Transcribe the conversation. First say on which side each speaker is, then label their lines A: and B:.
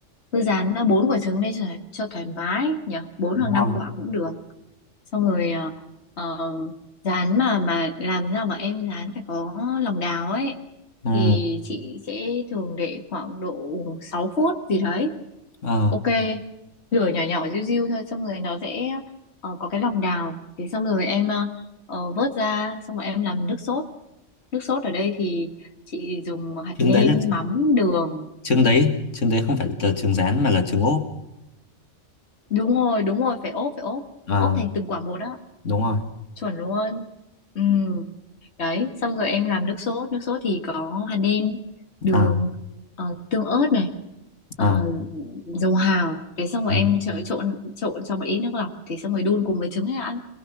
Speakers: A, on the left; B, on the left.
A: cứ rán ờ, bốn quả trứng lên cho, cho thoải mái nhỉ bốn
B: đúng
A: hoặc năm
B: rồi.
A: quả cũng được xong rồi à, ờ, rán mà mà làm thế nào mà em rán phải có lòng đào ấy
B: Ừ,
A: thì chị sẽ thường để khoảng độ 6 phút gì đấy
B: ờ,
A: ok lửa nhỏ nhỏ riu riu thôi xong rồi nó sẽ ờ, có cái lòng đào thế xong rồi em ờ, ờ, vớt ra xong rồi em làm nước sốt nước sốt ở đây thì chị dùng hạt
B: trứng
A: nêm
B: đấy là
A: mắm đường
B: trứng đấy, trứng đấy không phải là trứng rán mà là trứng ốp.
A: đúng rồi đúng rồi phải ốp phải ốp
B: Ờ,
A: ốp thành từng quả một á
B: đúng rồi.
A: chuẩn luôn ừ đấy xong rồi em làm nước sốt nước sốt thì có hạt nêm đường
B: Ờ,
A: ờ, tương ớt này ờ,
B: ờ,
A: dầu hào thế xong rồi
B: ờ,
A: em trộn trộn trộn cho một ít nước lọc thì xong rồi đun cùng với trứng là ăn